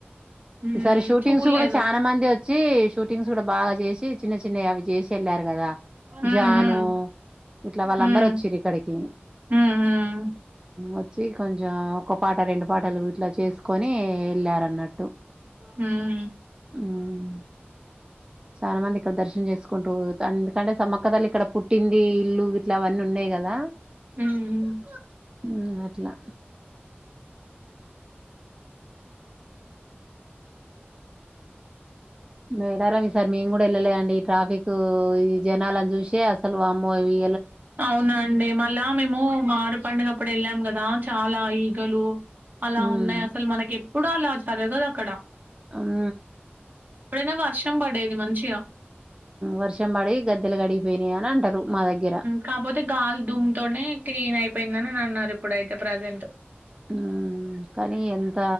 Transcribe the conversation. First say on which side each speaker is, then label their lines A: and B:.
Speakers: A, on the right (about 45°); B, on the right (about 20°).
A: హ్మ్
B: ఈసారి షూటింగ్స్
A: చూడలేదు.
B: కూడా చానా మంది వచ్చి షూటింగ్స్ కూడా బాగా చేసి చిన్న చిన్నవి అవి చేసి వెళ్ళారు కదా
A: హ్మ్
B: జాను
A: హ్మ్
B: ఇట్లా వాళ్ళందరు
A: హ్మ్
B: వచ్చిళ్లు ఇక్కడికి
A: హ్మ్ హ్మ్
B: వచ్చి కొంచెం ‌పాట రెండు పాటలు ఇట్లా చేసుకోని వెళ్ళారు అన్నట్టు
A: హ్మ్.
B: హ్మ్మ్ చాలా మంది ఇక్కడ దర్శనం చేసుకుంటు పోతాళ్లు ఎందుకంటే సమ్మక్క తల్లి ఇక్కడ పుట్టింది ఇల్లు గిట్లా అవన్నీ ఉన్నాయి కదా
A: హ్మ్.
B: ఊ హ్ అట్లా మేడారం ఈ సారి మేం కూడా వెళ్ళలే అండి ట్రాఫక్ క్‌ ఈ జనాలని చూసే వామ్మో ఏవి
A: అవునండి మళ్ళా మేము మారు పండుగ అప్పుడు వెళ్ళాం కదా చాలా ఈగలు అలా
B: మ్మ్
A: ఉన్నాయి అసలు మనకి ప్పుడు అలా జరగదు అక్కడ
B: అ మ్
A: ప్పుడున్న వర్షం పడేది మంచిగా
B: వర్షం పడి గద్దెలు కడిగిపోయినయి అని అంటారు మా దగ్గర
A: కాకపోతే గాలి దుమ్ము తోనే క్లీన్ అయిపోయిందని అని అన్నారు ఇప్పుడైతే ప్రజెంట్
B: మ్ కానీ ఎంత